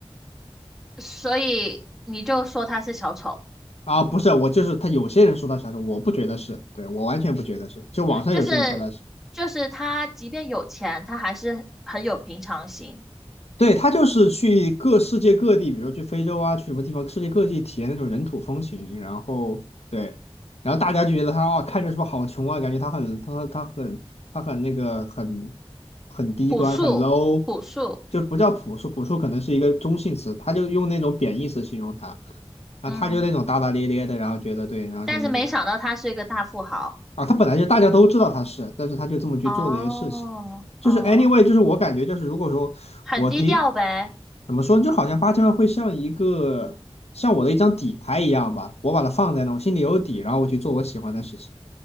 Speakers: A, in the centre; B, on the left.
A: 所以你就说他是小丑，
B: 啊，不是，我就是他。有些人说他是啥的，我不觉得是，对，我完全不觉得是。就网上有些人说他是，
A: 就是就是他即便有钱，他还是很有平常心。
B: 对，他就是去各世界各地，比如去非洲啊，去什么地方，世界各地体验那种人土风情，然后对，然后大家就觉得他哦，看着是不是好穷啊？感觉他很他他很他很那个很很低端，
A: 朴素，
B: 很 low，
A: 朴素，
B: 就不叫朴素，朴素可能是一个中性词，他就用那种贬义词形容他，啊，
A: 嗯，
B: 他就那种大大咧咧的，然后觉得对，然后就那种。
A: 但是没想到他是一个大富豪。
B: 啊，他本来就大家都知道他是，但是他就这么去做这些事情，
A: 哦，
B: 就是
A: 哦，
B: anyway，就是我感觉就是如果说我听
A: 很低调呗。
B: 怎么说呢就好像八千万会像一个像我的一张底牌一样吧，我把它放在那，我心里有底，然后我去做我喜欢的事情。